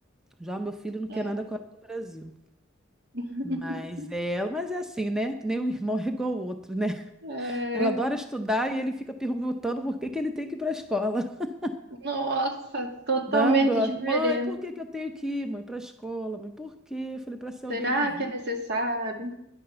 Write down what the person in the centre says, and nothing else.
Já o meu filho não quer
nada com ela do Brasil.
Mas ela, mas é assim, né? Nem um irmão <laughs> é igual ao outro, né?
Ela adora estudar e ele fica perguntando por que que ele tem que ir para a escola. <laughs>
Não gosto.
Mãe, por que que eu tenho que ir, mãe, para a escola? Mãe, por quê? Eu falei, para ser
alguém na vida.